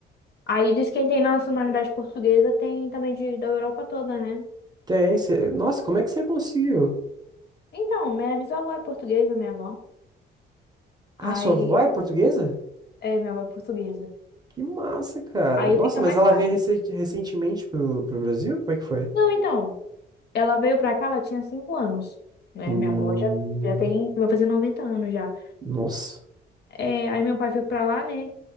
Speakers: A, on the left; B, on the right.
A: Aí diz que quem tem nacionalidade portuguesa tem também de, da Europa toda, né?
B: Tem. Você... Nossa, como é que você conseguiu?
A: Então, minha bisavó é portuguesa, minha avó.
B: Ah,
A: Aí,
B: sua avó é portuguesa?
A: é, minha avó é portuguesa.
B: Que massa, cara.
A: Aí
B: Nossa,
A: fica
B: mas
A: mais
B: ela
A: fácil.
B: veio recen- recentemente pro, pro Brasil? Como é que foi?
A: Não, então... Ela veio pra cá, ela tinha cinco anos, né?
B: Hum,
A: Minha avó já, já tem, vai fazer 90 anos já.
B: nossa.
A: É, aí meu pai foi pra lá, né?